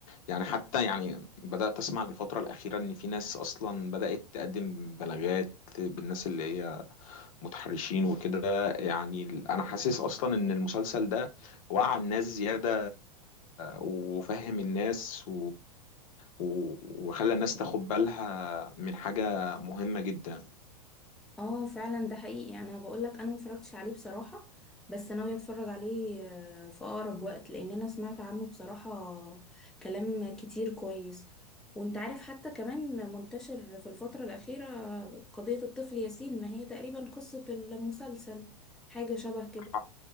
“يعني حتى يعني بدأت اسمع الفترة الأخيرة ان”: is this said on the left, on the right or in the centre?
Left